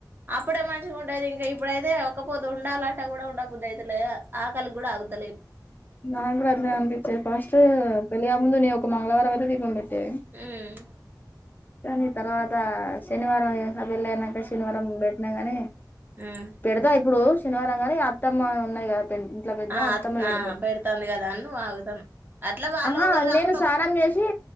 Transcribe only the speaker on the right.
అప్పుడే మంచిగా ఉండేది ఇంకా ఇప్పుడైతే ఒకపొద్దు ఉండాలంటే కూడా ఉండ బుద్ది అయితలేదు ఆకలి కూడా ఆగుతలేదు
ఉమ్
ఉమ్
ఆ
ఆ పెడుతాంది కదా అని నువ్వు ఆగుతానవ్ అట్లా వాళ్ళు
ఒకలు కాకుండా
ఒకలు